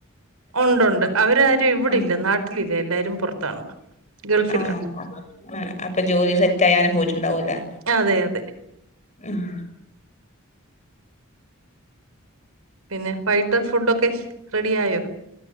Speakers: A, on the right; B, on the left.
A: ഉണ്ടുണ്ട് അവരാരും ഇവിടെല്ല
B: ആ
A: നാട്ടിലില്ല എല്ലാരും പുറത്താണ് ഗൾഫിലാണ്
B: ആ ആ അപ്പൊ ജോലി സെറ്റ് ആയാ പോയിട്ടുണ്ടാവൂല്ലേ
A: അതെ അതെ
B: ആം
A: പിന്നെ വൈകിട്ട് ഫുഡൊക്കെ റെഡി ആയോ